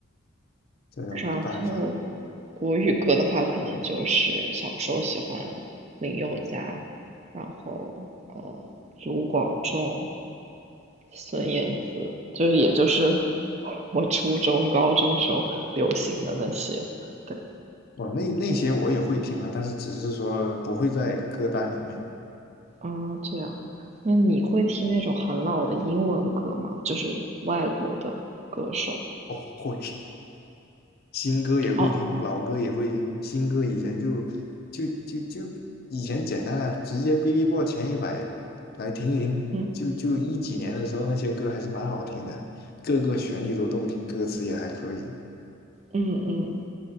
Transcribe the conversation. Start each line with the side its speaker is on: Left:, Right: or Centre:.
Left: 这种没办法。
Right: 然后国语歌的话，可能就是小时候喜欢林宥嘉，然后呃卢广仲，孙燕姿，就是也就是 <laughs> 我初中、高中时候流行的那些。对，
Left: 哦，那那些我也会听了，但是只是说不会在歌单里面。
Right: 啊，这样。那你会听那种很老的英文歌吗？就是外国的歌手。
Left: 哦，会。新歌也会听，
Right: 哦，
Left: 老歌也会听。新歌以前就就就就以前简单啊，直接 Billboard 前一百来听一听。
Right: 嗯
Left: 就就一几年的时候，那些歌还是蛮好听的，各个旋律都动听，歌词也还可以。
Right: 嗯嗯。